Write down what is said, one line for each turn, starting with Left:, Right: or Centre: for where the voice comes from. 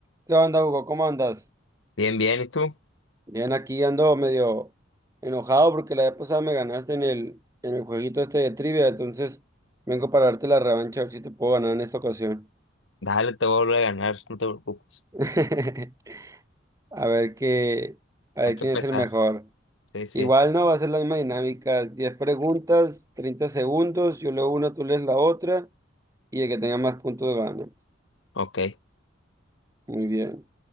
Right: ¿Qué onda, Hugo? ¿Cómo andas?
Left: Bien, bien, ¿y tú?
Right: Bien, aquí ando medio enojado porque la vez pasada me ganaste en el, en el jueguito este de trivia, entonces vengo para darte la revancha a ver si te puedo ganar en esta ocasión.
Left: Dale, te voy a ganar, no te preocupes.
Right: <laughs> A ver qué, a ver
Left: Hay que
Right: quién
Left: empezar.
Right: es el mejor.
Left: Sí, sí.
Right: Igual no va a ser la misma dinámica, 10 preguntas, 30 segundos, yo leo una, tú lees la otra y el que tenga más puntos gana.
Left: Ok.
Right: Muy bien.